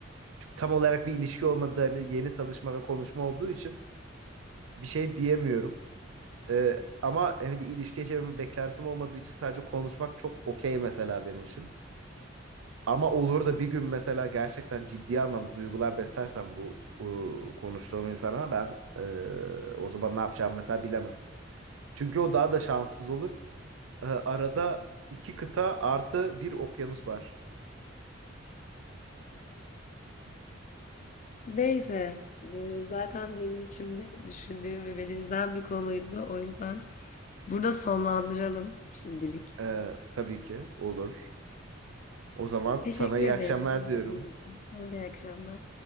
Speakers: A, on the right (about 85°); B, on the left (about 40°).
A: Çünkü tam olarak bir ilişki olmadığı hani yeni tanışma ve konuşma olduğu için bir şey diyemiyorum. Ee, ama hani bir ilişki yaşamamın beklentim olmadığı için sadece konuşmak çok okey mesela benim için. Ama olur da bir gün mesela gerçekten ciddi anlamda duygular beslersem bu e, konuştuğum insana ben e, o zaman ne yapacağımı mesela bilemem. Çünkü o daha da şanssız olur. Ee, arada iki kıta artı bir okyanus var.
B: neyse e, zaten benim içimde düşündüğüm ve beni üzen bir konuydu. O yüzden burada sonlandıralım şimdilik.
A: Ee, tabii ki olur. O zaman
B: Teşekkür
A: sana iyi
B: ederim
A: akşamlar
B: dinlediğin
A: diyorum.
B: için. Sana da iyi akşamlar.